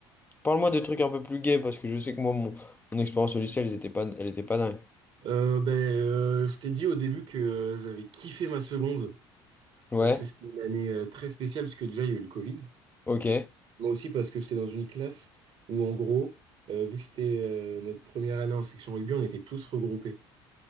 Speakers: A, on the left (about 15°); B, on the right (about 55°).
A: Parle-moi de trucs un peu plus gays parce que je sais que moi, mon, mon expérience au lycée, elle était pas, elle était pas dingue.
B: Euh, ben, euh, je t'ai dit au début que euh, j'avais kiffé ma seconde.
A: Ouais,
B: parce que c'était une année euh, très spéciale, parce que déjà il y a eu le Covid,
A: ok,
B: mais aussi parce que j'étais dans une classe où en gros, euh, vu que c'était euh, notre première année en section rugby, on était tous regroupés.